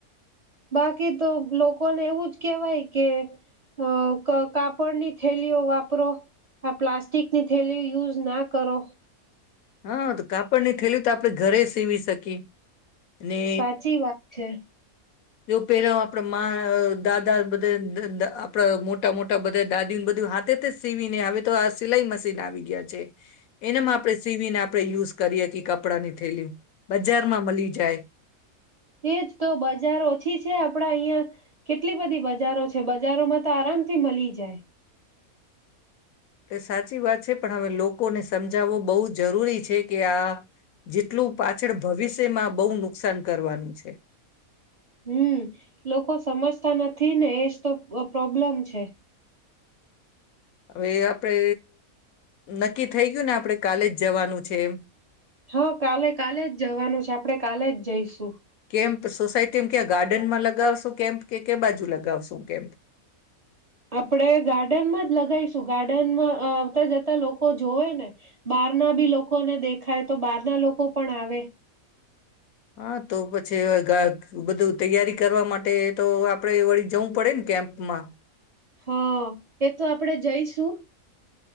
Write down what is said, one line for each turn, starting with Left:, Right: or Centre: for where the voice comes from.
Right: બાકી તો લોકોને એવું જ કેહેવાય કે અ ક કાપડની થેલીઓ વાપરો આ પ્લાસ્ટિકની થેલીઓ યુઝ ના કરો.
Left: હા તો કાપડની થેલી તો આપણે ઘરે સીવી શકીએ. અને
Right: સાચી વાત છે.
Left: જો પેલા આપણા દાદા બધા આપણા મોટા મોટા બધા દાદી ન બધું હાથે તો સીવીને હવે તો આ સિલાઈ મશીન આવી ગયા છે એનામાં આપણે સીવીને આપ આપણે યુઝ કરીએ કે કપડા ની ઠેલ્યું બજાર માં મળી જાય
Right: એજ તો, બજાર ઓછી છે આપડા અહિયાં કેટલી બધી બજારો છે બજારોમાં તો આરામથી મલી જાય
Left: તો સાચી વાત છે, પણ હવે લોકોને સમજાવવો બહુ જરૂરી છે, કે આ જેટલું પાછળ ભવિષ્યમાં બહુ નુકસાન કરવાનું છે
Right: હમ, લોકો સમજતા નથી ને એજ તો પ્રોબ્લેમ છે
Left: હવે આપડે નક્કી થઈ ગયું ને આપડે કાલે જવાનું છે, એમ
Right: હા, કાલે કાલે, જ જવાનું છે આપણેે કાલે જ જઈશું
Left: કેમ્પ સોસાયટીમ ક્યાં ગાર્ડનમાં લગાવશું કેમ કે કે બાજુ લગાવસો કેમ.
Right: આપડે ગાર્ડનમાં જ લગાવીશ શું ગાર્ડનમાં આવતા જતા લોકો જોવે ને બહાર ના બી લોકોને દેખાય તો બહાર ના લોકો પણ આવે.
Left: હા તો પછી ગા બધું તૈયારી કરવા માટે તો આપણે વળી જવું પડે ને કેમ્પમાં.
Right: હા એ તો આપડે જઈશું.